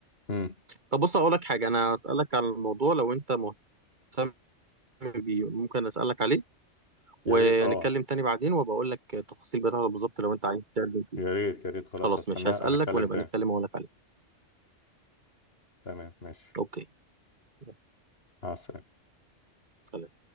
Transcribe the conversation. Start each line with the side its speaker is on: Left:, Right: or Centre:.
Left: امم
Right: طب بص أقول لك حاجة أنا أسألك على الموضوع لو أنت مهتم بيه ممكن أسألك عليه ونتكلم
Left: يا ريت اه
Right: تاني بعدين وأبقى أقول لك التفاصيل بتاعته بالظبط لو أنت عايز تتكلم فيه
Left: يا ريت يا ريت خلاص
Right: خلاص
Left: هستناه
Right: ماشي هسألك
Left: نتكلم
Right: ونبقى
Left: تاني
Right: نتكلم وأقول لك عليه
Left: تمام ماشي
Right: أوكي يلا،
Left: مع السلامة
Right: سلام